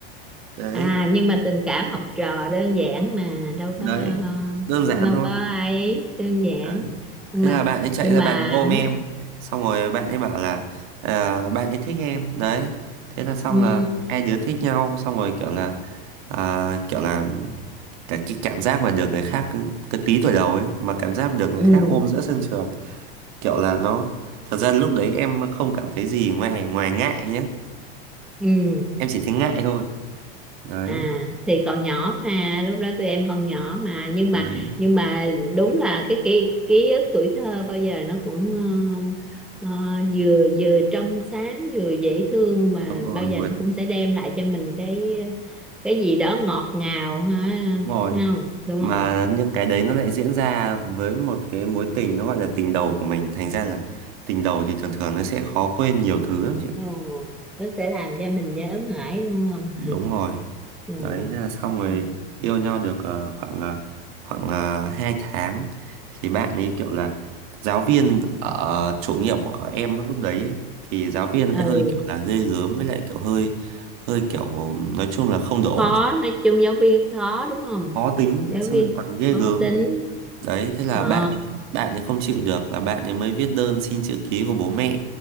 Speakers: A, on the right; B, in the centre.
A: đấy
B: à nhưng mà tình cảm học trò đơn giản mà đâu
A: đấy
B: có
A: đơn giản
B: ờ, đâu
A: thôi
B: có ấy đơn giản
A: đấy
B: nhưng
A: thế
B: mà
A: là bạn ấy chạy
B: nhưng
A: ra
B: mà
A: bạn ấy ôm em xong rồi bạn ấy bảo là ờ, bạn ấy thích em đấy thế là xong
B: ừ
A: là hai đứa thích nhau xong rồi kiểu là à, kiểu là Cả cái cảm giác mà được người khác cái tí tuổi đầu ấy mà cảm giác được người
B: ừ
A: khác ôm giữa sân trường kiểu là nó thật ra lúc đấy em không cảm thấy gì ngoài ngoài ngại nhá
B: ừ
A: em chỉ thấy ngại thôi đấy,
B: à thì còn nhỏ mà lúc đó tụi em còn nhỏ mà nhưng
A: đấy
B: mà nhưng mà đúng là cái ký ký ức tuổi thơ bao giờ nó cũng ờ, ờ, vừa vừa trong sáng vừa dễ thương mà
A: đúng rồi
B: bao giờ
A: vượt
B: nó cũng sẽ đem lại cho mình cái cái gì đó ngọt ngào ha
A: đúng rồi
B: Thấy không đúng
A: mà
B: không
A: những cái đấy nó lại diễn ra với một cái mối tình nó gọi là tình đầu của mình thành ra là tình đầu thì thường thường nó sẽ khó quên nhiều thứ lắm chị ạ.
B: Ừ, nó sẽ làm cho mình nhớ mãi đúng không?
A: đúng rồi
B: Ừ.
A: đấy thế là xong rồi
B: Ừ,
A: yêu nhau được ờ, khoảng ờ, khoảng uh, 2 tháng thì bạn ấy kiểu là giáo viên ở chủ nhiệm của em lúc đấy ấy, thì giáo viên lại
B: Ừ,
A: hơi kiểu là ghê gớm với lại kiểu hơi hơi kiểu nói chung là không được ổn
B: khó, nói chung giáo viên khó đúng không?
A: khó tính
B: Giáo
A: xong
B: viên
A: lại còn ghê
B: khó
A: gớm
B: tính.
A: đấy thế là
B: Ờ,
A: bạn ấy- bạn ấy không chịu được là bạn ấy mới viết đơn xin chữ ký của bố mẹ